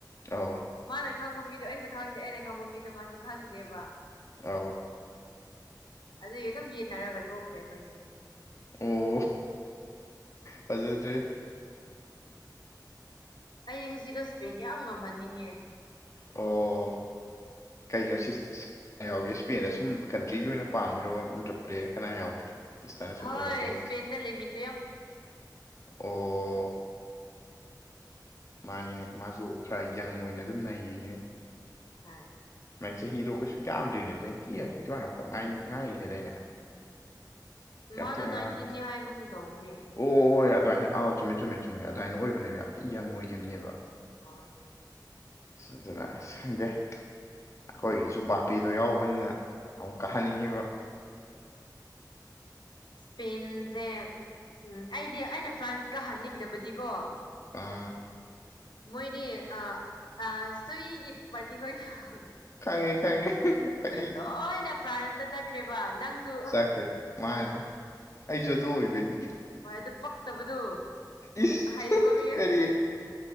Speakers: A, on the left; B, on the left.
A: ꯑꯧ
B: ꯃꯥꯅ ꯈꯪꯕ ꯃꯤꯗꯣ ꯑꯩꯁꯨ ꯈꯪꯗꯦ ꯑꯩꯅ ꯈꯪꯕ ꯃꯤꯗꯣ ꯃꯥꯁꯨ ꯈꯪꯗꯦꯕ
A: ꯑꯧ
B: ꯑꯗꯨꯒꯤ ꯑꯗꯨꯝ ꯌꯦꯠꯅꯔꯒ ꯊꯣꯛꯈ꯭ꯔꯦ ꯑꯩꯈꯣꯏꯅꯤ
A: ꯑꯣ ꯐꯖꯗ꯭ꯔꯦ
B: ꯑꯩ ꯉꯁꯤꯗꯣ ꯁ꯭ꯄꯦꯏꯟ ꯌꯥꯝ ꯉꯝꯍꯟꯅꯤꯡꯉꯦ
A: ꯑꯣ ꯀꯩ <unintelligible> ꯌꯥꯎꯒꯦ ꯁ꯭ꯄꯦꯏꯟꯗ ꯁꯨꯝ ꯀꯟꯇ꯭ꯔꯤꯒꯤ ꯑꯣꯏꯅ ꯄꯥꯝꯃꯤꯔꯣ ꯅꯠꯇ꯭ꯔ ꯄ꯭ꯂꯦ ꯀꯅꯥ ꯌꯥꯎꯒꯦ ꯏꯁꯇꯅ ꯁꯨꯝ
B: ꯍꯣꯏ
A: ꯀꯩꯅꯣ ꯇꯧꯔꯤꯁꯦ
B: ꯁ꯭ꯄꯦꯏꯟꯗ ꯂꯦꯃꯤꯟꯗꯨ ꯌꯥꯝ
A: ꯑꯣ ꯃꯥꯅꯤꯅꯦ ꯃꯥꯁꯨ ꯈ꯭ꯔ ꯌꯪ ꯑꯣꯏꯅ ꯑꯗꯨꯝ ꯅꯩ <unintelligible>
B: ꯍꯣꯏ
A: ꯅꯪ ꯆꯍꯤꯗꯨ ꯀꯩꯁꯨ ꯌꯥꯝꯗ꯭ꯔꯤꯅꯦ ꯇ꯭ꯋꯦꯟꯇꯤ ꯑ ꯇ꯭ꯋꯦꯟꯇꯤ ꯋꯥꯟ ꯑꯃꯈꯛ ꯉꯥꯏꯔꯤ ꯍꯥꯏꯗꯥꯏꯅꯦ ꯌꯥꯝ
B: ꯃꯥꯅ
A: ꯊꯤ ꯑꯉꯥꯡ
B: ꯅꯥ꯭ꯏꯟꯇꯤꯟꯅꯦ ꯍꯥꯏꯕꯒꯨꯝ ꯇꯧꯕꯅꯦ
A: ꯑꯣ ꯍꯣꯏ ꯑꯗꯨꯃꯥꯏꯅ ꯑꯥꯎ ꯆꯨꯝꯃꯦ ꯆꯨꯝꯃꯦ ꯆꯨꯝꯃꯦ ꯑꯗꯨꯃꯥꯏꯅ ꯑꯣꯏꯕꯅꯦꯕ ꯌꯥꯝ ꯊꯤ ꯌꯪ ꯑꯣꯏꯈꯤꯕꯅꯦꯕ
B: ꯍꯣꯏ
A: ꯑꯁ ꯑꯗꯨꯅ ꯑꯁ ꯈꯪꯗꯦ ꯑꯩꯈꯣꯏꯒꯤꯁꯨ ꯕꯞꯄꯦꯗꯣ ꯌꯎꯕꯅꯤꯅ ꯑꯃꯨꯛ ꯀꯍꯟꯅꯤꯡꯉꯤꯕ
B: ꯁ꯭ꯄꯦꯏꯟ ꯁꯦ ꯎꯝ ꯑꯩꯗꯤ ꯑꯩꯅ ꯐ꯭ꯔꯥꯟꯁꯀ ꯍꯥꯟꯅꯤꯡꯗꯕꯗꯤꯀꯣ
A: ꯑ
B: ꯃꯣꯏꯗꯤ ꯑ ꯑ ꯁꯨꯏꯒꯤ ꯄꯥꯔꯇꯤ ꯈꯣꯏ <unintelligible>
A: ꯈꯪꯉꯦ ꯈꯪꯉꯦ ꯑꯩ
B: ꯂꯣꯏꯅ ꯐ꯭ꯔꯥꯟꯁꯗ ꯆꯠꯈ꯭ꯔꯦꯕ ꯅꯪꯁꯨ
A: ꯆꯠꯈ꯭ꯔꯦ ꯃꯥꯅꯦ ꯑꯩꯁꯨ ꯑꯗꯨ ꯑꯣꯏꯕꯩꯅꯤ
B: ꯍꯣꯏ ꯑꯗꯨ ꯄꯛꯇꯕꯗꯨ
A: ꯏꯁ
B: ꯑꯍꯩꯕ ꯃꯌꯝ
A: ꯀꯔꯤ